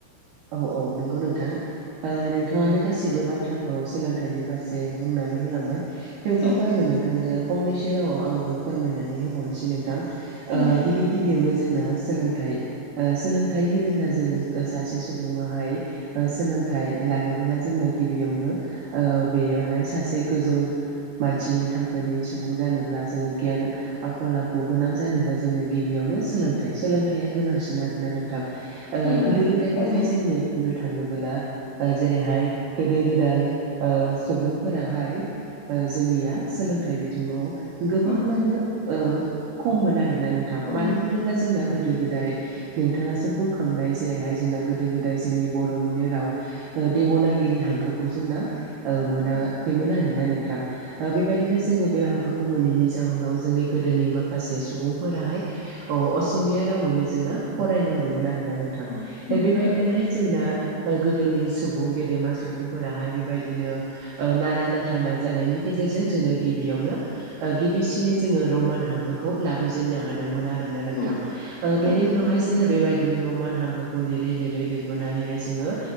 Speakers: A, on the right (about 85°); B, on the left (about 80°).
A: औ औ नंगौ नोंथां। ओ नोंथाङानो गासिबो बाथ्राखौ सोलों थाइनि फारसे बुंनानै होलांबाय। थेवब्लाबो
B: औ
A: आङो नोंथांजों फंनैसो रावाव आंबो फोरमायनानै होबावनोसै नोंथां। ओ
B: औ
A: गिबि गिबियावनो जोंना सोलोंथाइ ओ सोलोंथाइ होनोब्ला जोङो ओ सासे सु सुबुङा हाय ओ सोलोंथाइ लानोबोला जोंनो गिबियावनो ओ बेयोहाय सासे गोजौ मानसिनि थाखोनि सुबुं जानोब्ला जोङो गियान आखल आखु गोनां जानोब्ला जोंनो गिबियावनो सोलोंथाइ सोलोंथाया गोनांसिन आरोना नों थां ओ
B: औ
A: गोदो
B: औ
A: गोदायनिफाय
B: थारैनो
A: जोङो बुंनो थाङोबोला ओ जेरैहाय गोदो गोदाय ओ सुबुंफोराहाय ओ जोंनिया सोलोंथाइ बिथिङाव गोबाङानो
B: औ
A: ओ खममोन आरोना नोंथां।
B: औ
A: मानो होनोब्ला जोंना गोदै गोदाय नोंथाङासो बुंखांनाय जेरैहाय जोंना गोदो गोदाय जोंनि बर'निनो राव ओ देब'नागिरि हांखोखौ जोंना ओ मोना खैमोन आरो ना नोंथां। ओ बेबायदिनो जोङो बे हांखो खौ मोनैनि जाहोनाव जोंनि गोदोनि माखासे सुबुंफोराहाय औ असमिया रावयैनो जोंना फरायनांदोंमोन आरो ना नोंथां।
B: औ नंगौ थारैनो
A: हैद जोंना ओ गोदोनि सुबुं गेदेरमा सुबुंफोराहाय बेबायदिनो ओ नारा नाथा ना जानायनि गेजेरजों जोङो गिबियावनो ओ गिबिसिनै जोङो रमान हांखोखौ लाबोजेननो हादोंमोन आरो। ना नोंथां
B: औ
A: ओ बेनि
B: थारैनो
A: उनावहाय जोङो बेबायदिनो रमान हांखो खौ लिरै लिरै लिरबोनानैहाय जोङो